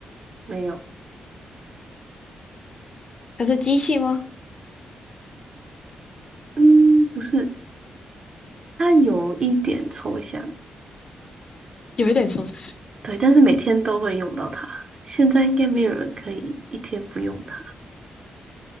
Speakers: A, on the right; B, on the left.
A: 没有？
B: 它是机器吗？
A: 嗯，不是，它有一点抽象，
B: 有一点抽象，
A: 对，但是每天都会用到它。现在应该没有人可以一天不用它。